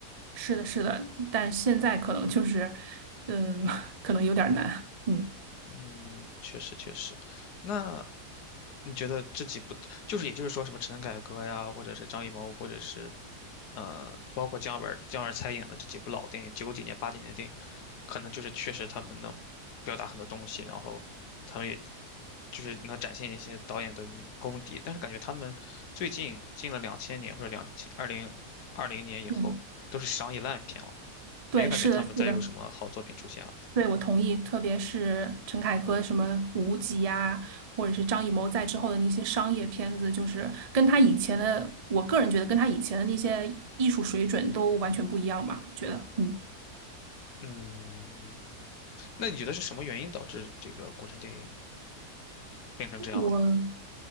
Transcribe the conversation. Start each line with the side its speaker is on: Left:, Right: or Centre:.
Right: 是的，是的，但现在可能就是，
Left: 哦
Right: 嗯，<laughs> 可能有点儿难。嗯
Left: 嗯，确实确实。那你觉得这几部，就是也就是说什么陈凯歌呀，或者是张艺谋，或者是呃，包括姜文儿姜文儿参演的这几部老电影，九几年、八几年的电影，可能就是确实他们能表达很多东西，然后他们也就是能展现一些导演的功底。但是感觉他们最近近了两千年或者两千二零二零年以后，
Right: 嗯，
Left: 都是商业烂片了，没感觉他们再有什么好作品出现了。
Right: 对，是的，是的，对，我同意。特别是陈凯歌什么《无极》呀，或者是张艺谋在之后的那些商业片子，就是跟他以前的，我个人觉得跟他以前的那些艺术水准都完全不一样吧。我觉得，嗯，
Left: 嗯，那你觉得是什么原因导致这个国产电影变成这样了呢？
Right: 我